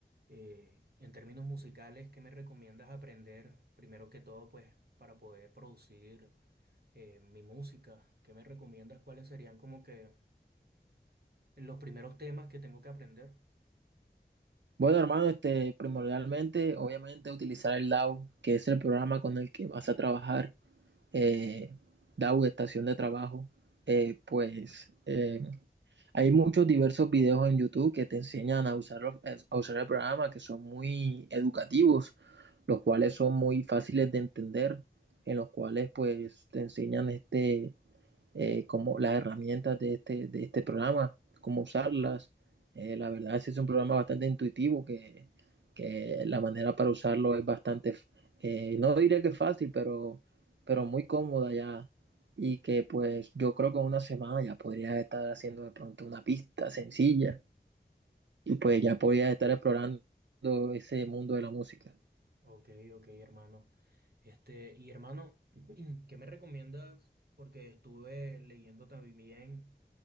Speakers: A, on the right; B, on the right.
A: eh, en términos musicales, ¿qué me recomiendas aprender primero que todo pues para poder producir? eh, mi música. ¿Qué me recomiendas? ¿Cuáles serían como que los primeros temas que tengo que aprender?
B: Bueno, hermano, este, primordialmente, obviamente, utilizar el DAO, que es el programa con el que vas a trabajar, eh, DAO, estación de trabajo. Eh, pues eh, hay muchos diversos videos en YouTube que te enseñan a usar, los- a usar el programa, que son muy educativos, los cuales son muy fáciles de entender, en los cuales pues te enseñan este eh, como las herramientas de este, de este programa, cómo usarlas. Eh, la verdad es que es un programa bastante intuitivo que, que la manera para usarlo es bastante, eh, no diría que fácil, pero, pero muy cómoda ya. Y que pues yo creo que en una semana ya podría estar haciendo de pronto una pista sencilla y pues ya podría estar explorando ese mundo de la música.
A: Ok, ok, hermano. Este, y hermano, <clears throat> ¿qué me recomiendas? Porque estuve leyendo también,